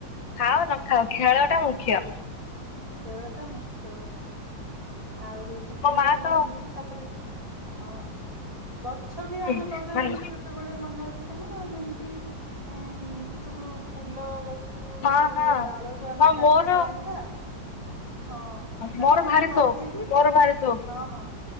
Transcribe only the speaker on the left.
ଖାଅ ନଖାଅ ଖେଳଟା ମୁଖ୍ୟ।
ମୋ
ମା ତ
ହୁଁ
ମାନେ
ହଁ
ହଁ
ହଁ
ମୋର
ମୋର
ଭାରି
ସଉକ ମୋର
ଭାରି ସଉକ